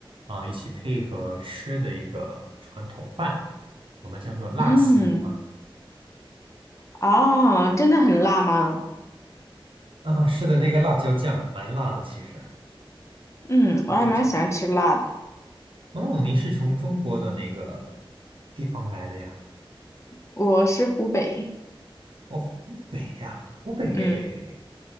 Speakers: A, on the right; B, on the left.
A: 啊、一起配合吃的一个传统饭，我们叫做辣死你妈
B: 嗯，哦，真的很辣吗？
A: 啊，是的，那个辣椒酱蛮辣的，其实。
B: 嗯，
A: 辣椒酱。
B: 我还蛮喜欢吃辣的。
A: 哦，您是从中国的哪个地方来的呀？
B: 我是湖北，
A: 哦，湖北呀，湖北，
B: 嗯